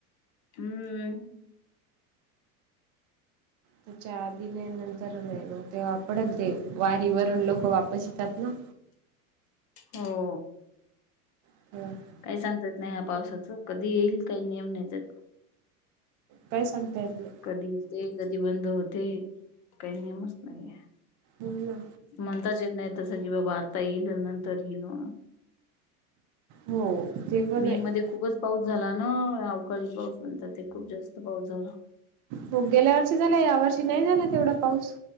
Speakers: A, on the left (about 40°); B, on the right (about 45°).
A: हम्म.
B: त्याच्या आ <unintelligible> नंतर मग ते वापडेल ते वारी वरून लोक वापस येतात ना.
A: हो.
B: <unintelligible>
A: काही सांगता येत नाही या पावसाच कधी येईल काही नियम नाही त्याच.
B: काय सांगतायेत नाही.
A: कधी येते कधी बंद होते काही नियमच नाहीये.
B: हो ना
A: म्हणताच येत नाही तसं कि बाबा आता येईल नंतर येईल म्ह
B: हो. ते पण
A: मे
B: आहे
A: मध्ये खूपच पाऊस झाला ना अवकाळी पाऊस नंतर ते खूप जास्त पाऊस झाला.
B: हो गेल्या वर्षी झालं या वर्षी नाही झाला तेवढा पाऊस.